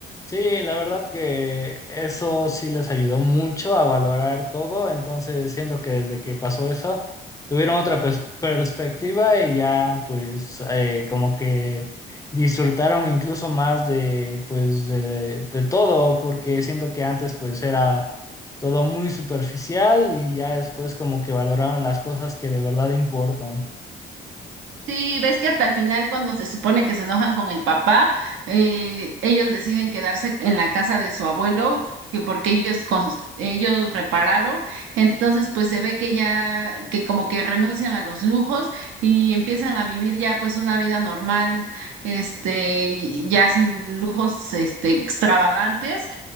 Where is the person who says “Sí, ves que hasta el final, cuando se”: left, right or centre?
Right